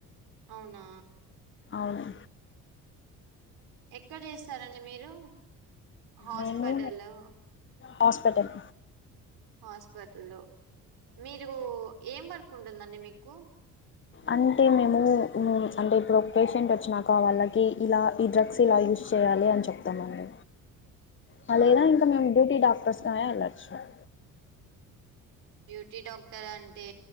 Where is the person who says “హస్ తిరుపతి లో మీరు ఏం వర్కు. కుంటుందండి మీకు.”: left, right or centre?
Right